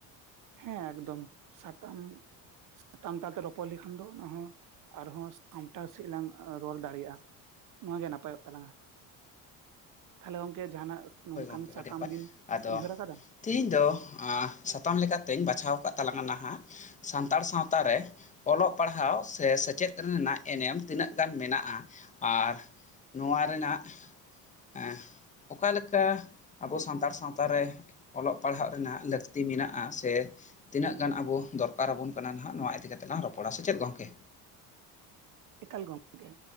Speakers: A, on the right; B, on the left.
A: ᱦᱮᱸ ᱮᱠᱫᱚᱢ ᱥᱟᱛᱟᱢ ᱴᱟᱱᱴᱟ ᱛᱮ ᱨᱚᱯᱚᱲ ᱞᱮᱠᱷᱟᱱ ᱫᱚ ᱚᱱᱟ ᱦᱚᱸ ᱟᱨᱦᱚᱸ ᱥᱟᱢᱴᱟᱣ ᱥᱟᱸᱦᱤᱡ ᱞᱟᱝ ᱨᱚᱲ ᱫᱟᱲᱮᱭᱟᱜᱼᱟ᱾ ᱱᱚᱣᱟ ᱜᱮ ᱱᱟᱯᱟᱭᱚᱜ ᱛᱟᱞᱟᱝ-ᱟ, ᱛᱟᱦᱞᱮ ᱜᱚᱢᱠᱮ ᱡᱟᱦᱟᱱᱟᱜ ᱱᱚᱝᱠᱟᱱ
B: ᱦᱳᱭ ᱜᱚᱢᱠᱮ
A: ᱥᱟᱛᱟᱢ
B: ᱟᱹᱰᱤ ᱱᱟᱯᱟᱭ
A: ᱵᱤᱱ
B: ᱟᱫᱚ
A: ᱩᱭᱦᱟᱹᱨ ᱟᱠᱟᱫᱟ?
B: ᱛᱮᱦᱤᱧ ᱫᱚ ᱟ ᱥᱟᱛᱟᱢ ᱞᱮᱠᱟᱛᱮᱧ ᱵᱟᱪᱷᱟᱣ ᱟᱠᱟᱫ ᱛᱟᱞᱟᱝ-ᱟ, ᱱᱟᱦᱟᱜ ᱥᱟᱱᱛᱟᱲ ᱥᱟᱶᱛᱟ ᱨᱮ ᱚᱞᱚᱜ ᱯᱟᱲᱦᱟᱣ ᱥᱮ ᱥᱮᱪᱮᱫ ᱨᱮᱱᱟᱜ ᱮᱱᱮᱢ ᱛᱤᱱᱟᱹᱜ ᱜᱟᱱ ᱢᱮᱱᱟᱜᱼᱟ, ᱟᱨ ᱱᱚᱣᱟ ᱨᱮᱱᱟᱜ ᱮᱸ ᱚᱠᱟᱞᱮᱠ ᱠᱟ ᱟᱵᱚ ᱥᱟᱱᱛᱟᱲ ᱥᱟᱶᱛᱟ ᱨᱮ ᱚᱞᱚᱜ ᱯᱟᱲᱦᱟᱜ ᱨᱮᱱᱟᱜ ᱞᱟᱹᱠᱛᱤ ᱢᱮᱱᱟᱜᱼᱟ? ᱥᱮ ᱛᱤᱱᱟᱹᱜ ᱜᱟᱱ ᱟᱵᱚ ᱫᱚᱨᱠᱟᱨ ᱟᱵᱚᱱ ᱠᱟᱱᱟ ᱱᱟᱜᱷ ᱱᱚᱣᱟ ᱤᱫᱤᱠᱟ ᱠᱟᱛᱮᱜ ᱞᱟᱝ ᱨᱚᱯᱚᱲᱟ, ᱥᱮ ᱪᱮᱫ ᱜᱚᱢᱠᱮ?
A: ᱮᱠᱟᱞ ᱜᱚᱝᱠᱮ